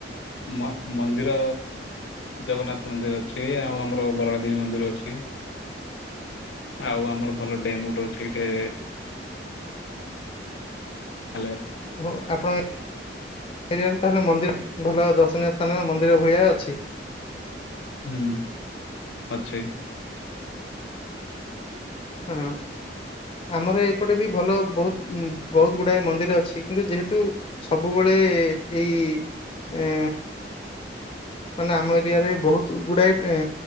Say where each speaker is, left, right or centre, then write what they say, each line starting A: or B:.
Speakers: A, on the left; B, on the left.
A: ମ ମନ୍ଦିର ଜଗନ୍ନାଥ ମନ୍ଦିର ଅଛି ଆଉ ଆମର ବରାଳଦେବୀ ମନ୍ଦିର ଅଛି। ଆଉ ଆମର ଭଲ ଡ୍ୟମ୍ ଗୋଟେ ଅଛି ଏଠେ ହାଲୋ।
B: ହଉ ଆପଣ ଏରିଆରେ ତାହେଲେ ମନ୍ଦିର ଭଲ ଦର୍ଶନୀୟ ସ୍ଥାନ ମନ୍ଦିର ଭଳିଆ ଅଛି।
A: ହୁଁ ଅଛି।
B: ହୁଁ। ଆମର ଏପଟେ ବି ଭଲ ବହୁତ ବହୁତ ଗୁଡାଏ ମନ୍ଦିର ଅଛି କିନ୍ତୁ ଯେହେତୁ ସବୁବେଳେ ଏଇ ଏ ମାନେ ଆମ ଏରିଆ ରେ ବହୁତ ଗୁଡ଼ାଏ ଏ